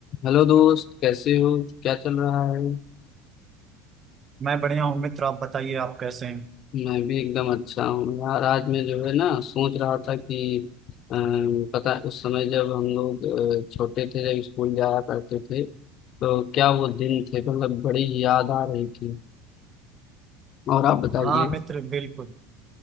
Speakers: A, on the left; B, on the right.
A: Hello दोस्त कैसे हो क्या चल रहा है
B: मैं बढ़िया हूँ मित्र आप बताइए आप कैसे हैं
A: मैं भी एकदम अच्छा हूँ यार आज मैं जो है ना सोच रहा था कि अ, पता है, उस समय जब हम लोग अ, छोटे थे जब स्कूल जाया करते थे तो क्या वो दिन थे मतलब बड़ी याद आ रही थी और आप बताइए
B: हाँ मित्र बिल्कुल